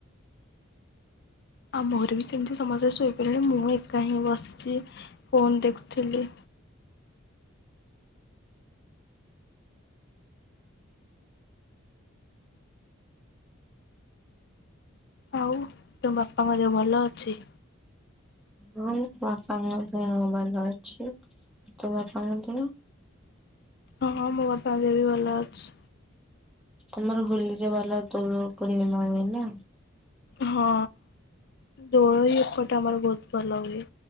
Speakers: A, on the left (about 50°); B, in the centre.
A: ଆମ ଘରେ ବି ସେମିତି ସମସ୍ତେ ଶୋଇପଇଲେଣି ମୁଁ ଏକା ହିଁ ବସିଛି ଫୋନ ଦେଖୁଥିଲି। ଆଉ ତମ ବାପାଙ୍କ ଦେହ ଭଲ ଅଛି?
B: ହଁ, ମୋ ବାପାଙ୍କ ଦେହ ଭଲ ଅଛି। ତୋ ବାପାଙ୍କ ଦେହ?
A: ହଁ, ହଁ, ମୋ ବାପା ଙ୍କ ଦେହ ବି ଭଲ ଅଛି।
B: ତମର ହୋଲିରେ ଭଲ ଦୋଳ ପୂର୍ଣ୍ଣିମା ହୁଏ ନା?
A: ହଁ ଦୋଳ ବି ଏପଟେ ଆମର ବହୁତ୍ ଭଲ ହୁଏ।